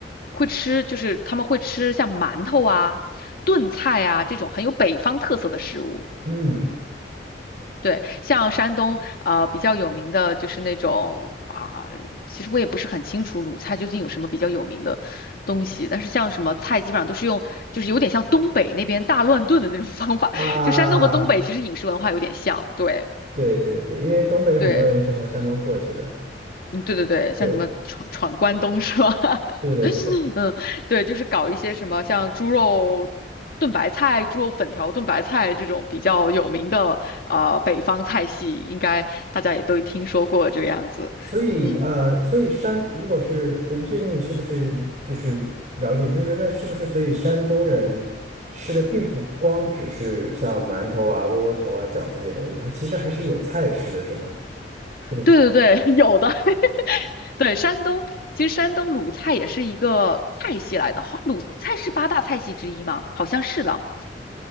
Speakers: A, on the left; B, on the right.
A: 会吃，就是他们会吃像馒头啊、炖菜啊这种很有北方特色的食物。
B: 嗯
A: 对，像山东呃比较有名的就是那种啊、其实我也不是很清楚鲁菜究竟有什么比较有名的东西，但是像什么菜基本上都是用，就是有点像东北那边大乱炖的那种 <laughs> 方法，
B: 啊，
A: <laughs> 就山东和东北其实饮食文化有点像，对
B: 对对对，因为东北很多人是从山东过去的，
A: 对，嗯对对对，像什么闯闯关东是吧？
B: 对，
A: <laughs>
B: 是的，是的。
A: 嗯，对，就是搞一些什么像猪肉炖白菜、猪肉粉条炖白菜这种比较有名的呃北方菜系，应该大家也都听说过这个样子。
B: 所以呃，
A: 嗯，
B: 所以山如果是我不确定你是不是就是了解，就是那是不是所以山东人吃的并不光只是像馒头啊、窝窝头啊、饺子这些东西，它其实还是有菜吃的，是吗？就
A: 对对对，<laughs> 有的。<laughs> 对，山东其实山东鲁菜也是一个菜系来的，好，鲁菜是八大菜系之一吗？好像是的。